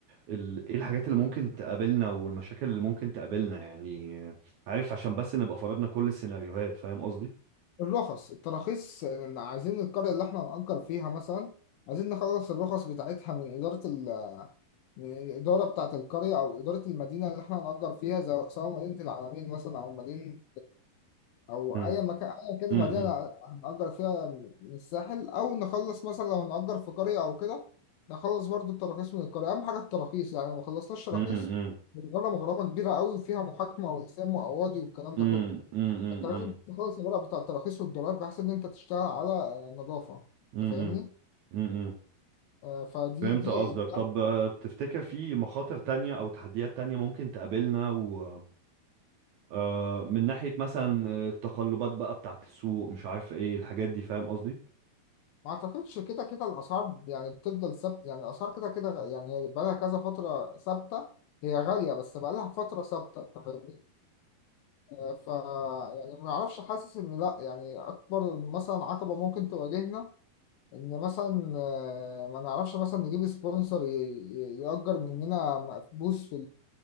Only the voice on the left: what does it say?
الرخص التراخيص إن عايزين القرية اللي احنا هنأجر فيها مثلا عايزين نخلص الرخص بتاعتها من إدارة ال... من الإدارة بتاعة القرية أو إدارة المدينة اللي احنا هنأجر فيها زي- سواء مدينة العلمين مثلا أو مدينة او
اي مكان اي كده
مدينه هنأجر فيها من الساحل او نخلص مثلا لو هنأجر في قريه او كده نخلص برضو التراخيص من القريه اهم حاجه التراخيص يعني لو ما خلصناش تراخيص
بنغرم غرامه كبيره قوي فيها محاكمه والحساب وقواضي والكلام ده
كله
انت لازم تخلص الورق بتاع التراخيص والدولاب بحيث ان انت تشتغل على نظافه
انت فاهمني
آه، فدي
دي
دي
ما اعتقدش كده كده الاسعار يعني بتفضل ثابته يعني الاسعار كده كده غ- يعني هي بقالها كذا فتره ثابته هي غاليه بس بقالها فتره ثابته انت فاهمني آه، ف يعني ما اعرفش حاسس ان لا يعني اكبر مثلا عقبه ممكن تواجهنا ان مثلا آه، ما نعرفش مثلا نجيب سبونسر ي- ي- يأجر مننا مقبوس في